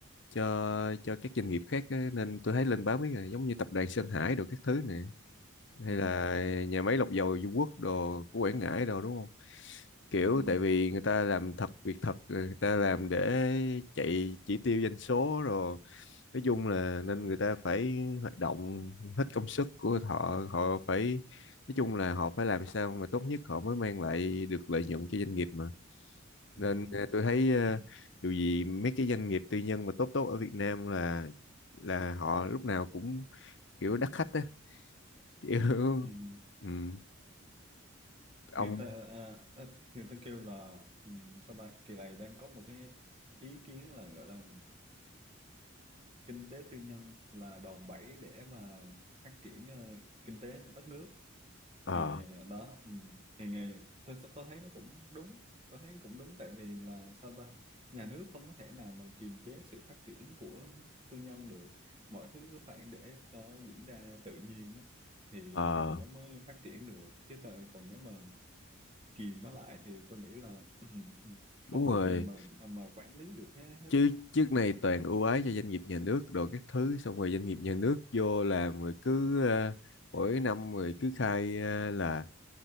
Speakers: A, on the left; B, on the right.
A: cho cho các doanh nghiệp khác á, nên tôi thấy lên báo mấy ngày giống như tập đoàn Sơn Hải đồ các thứ này hay
B: ừ
A: là nhà máy lọc
B: ừ
A: dầu Dung Quất đồ của Quảng Ngãi đồ đúng không kiểu
B: ừ
A: tại vì người ta làm thật việc thật người ta làm để chạy chỉ tiêu doanh số rồi nói chung là nên người ta phải hoạt động hết công sức của họ họ phải nói chung là họ phải làm sao mà tốt nhất họ mới mang lại được lợi nhuận cho doanh nghiệp mà
B: ừ
A: nên ờ, tôi thấy ờ,
B: ừ
A: dù gì mấy cái doanh nghiệp tư nhân mà tốt tốt ở Việt Nam là là họ lúc nào cũng kiểu đắt khách á kiểu <laughs>
B: ừ.
A: ừm, ông
B: người ta à, à, người ta kêu là ừ, sao ta kỳ này đang có một cái ý kiến là gọi là kinh tế tư nhân là đòn bẩy để mà phát triển ờ, kinh tế đất nước
A: ờ
B: thì ờ, đó ừ. thì ngày tôi, tôi thấy nó cũng đúng tôi thấy cũng đúng tại vì là sao ta nhà nước không có thể nào mà kiềm chế sự phát triển của tư nhân được mọi thứ cứ phải để cho diễn ra tự nhiên đó. thì
A: ờ
B: thì nó mới phát triển được chứ tôi còn nếu mà kìm nó lại thì tôi nghĩ là <clears throat>
A: đúng
B: không có
A: rồi
B: cái gì mà mà quản lý được hết hết
A: chứ
B: á
A: trước này toàn ưu ái cho doanh nghiệp nhà nước đồ các thứ xong rồi doanh nghiệp nhà nước vô làm rồi cứ ờ, mỗi năm rồi cứ khai ờ, là